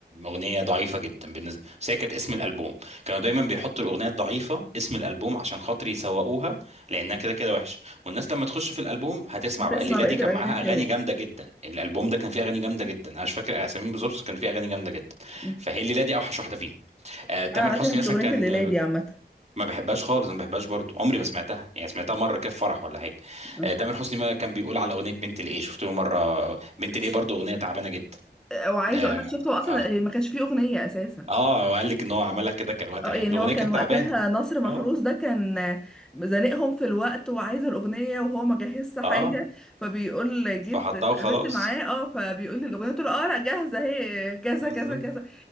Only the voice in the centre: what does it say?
هتسمع
بقيه
الاغاني
الحلوه
م.
انا على
فكره ما بحبش
اغنيه
الليله
دي عامه
اه.
ش-
وعايزه
اقول لك شفت هو اصلا
ما كانش فيه اغنيه اساسا
اه
يعني
هو كان
وقتها
نصر محروس
ده كان زنقهم في الوقت وعايز الأغنية وهو ما جهزش حاجة
فبيقول
جيت اتقابلت
معاه اه فبيقول لي الأغنية قلت له اه لا جاهزة اهي كذا
كذا كذا